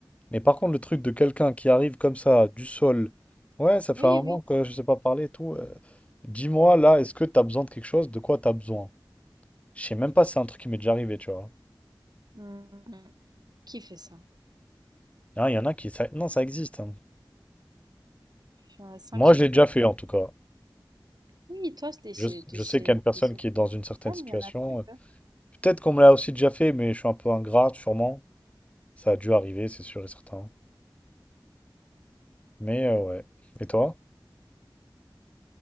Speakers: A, on the left (about 15°); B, on the right (about 55°).
A: Mais par contre, le truc de quelqu'un qui arrive comme ça, du sol, ouais, ça fait
B: Oui,
A: un moment
B: oui.
A: que je sais pas parler et tout. euh, dis-moi là, est-ce que t'as besoin de quelque chose? De quoi t'as besoin? Je sais même pas si c'est un truc qui m'est déjà arrivé, tu vois.
B: Mm, mm. Qui fait ça?
A: Hein, Il y en a qui. ça- Non, ça existe. hein.
B: Il y en a 5
A: Moi,
B: sur
A: je l'ai
B: Terre.
A: déjà fait en tout cas.
B: Oui, toi, c'est c'est-
A: Je,
B: c'est-
A: je
B: c'est-
A: sais qu'il y a une personne
B: c'est-
A: qui est dans une certaine
B: Ah,
A: situation.
B: mais il y en a très
A: euh,
B: peu.
A: Peut-être qu'on me l'a aussi déjà fait, mais je suis un peu ingrat, sûrement. Ça a dû arriver, c'est sûr et certain. Mais euh, ouais. Et toi?